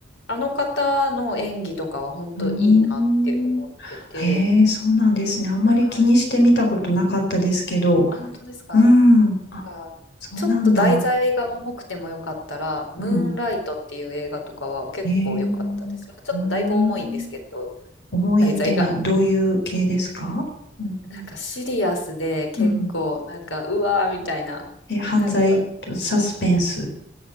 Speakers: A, on the left; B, on the left.
A: あの方の演技とかは本当いいなって思ってて、
B: うーん。へえ、そうなんですね。あんまり気にしてみたことなかったですけど。
A: はい。あ、本当ですか
B: うん。あ、
A: なんかちょっと題材が重くてもよかったら、
B: そうなんだ。
A: ムーンライトっていう映画とかは結構良かったです。
B: うん。へえ。
A: まあ、ちょっとだいぶ重いんですけど、
B: うーん。重いっていうのはどういう系ですかうん。
A: 題材が。なんかシリアスで結構、
B: うん
A: なんか、うわーみたいな。
B: え、犯罪とサスペンス。
A: なんか、